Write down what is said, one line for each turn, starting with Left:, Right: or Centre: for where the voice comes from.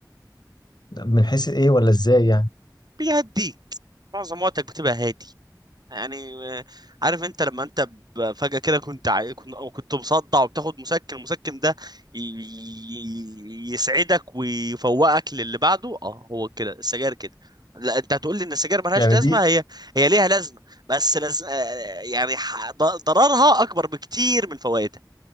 Left: من حيث ايه ولا ازاي يعني
Right: بيهديك معظم وقتك بتبقى هادي يعني آه، عارف انت لما انت ب- فجأة كده كنت عاي... كنت كنت مصدع وبتاخد مسكن المسكن ده ي... ي- يسعدك ويفوقك للي بعده اه هو كده السجاير كده لا انت هتقول لي ان السجاير ملهاش
Left: يعني
Right: لازمه
Left: دي
Right: هي هي ليها لازمه بس لز... آه، يعني ح... ض- ضررها اكبر بكتير من فوائدها